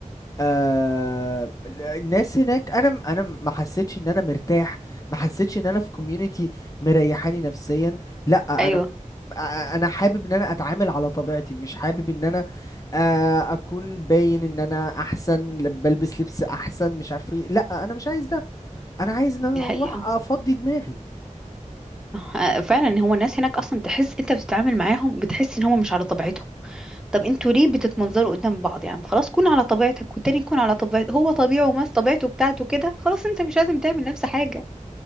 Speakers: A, on the left (about 25°); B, in the centre.
A: آه الناس هناك انا م- انا م- ما حسيتش ان انا مرتاح ما حسيتش ان انا في كوميونتي مريحاني نفسيا لا
B: ايوه
A: انا آه، انا حابب ان انا اتعامل على طبيعتي مش حابب ان انا آه، اكون باين ان انا احسن ل- بلبس لبس احسن مش عارف ايه لا انا مش عايز ده انا عايز ان انا
B: دي حقيقة
A: اروح افضي دماغي
B: آه، فعلا هو الناس هناك اصلا تحس انت بتتعامل معاهم بتحس ان هم مش على طبيعتهم طب انتوا ليه بتتمنظروا قدام بعض يعني خلاص كون على طبيعتك والتاني يكون على طبيعته هو طبيعه وماس طبيعته بتاعته كده خلاص انت مش لازم تعمل نفس حاجة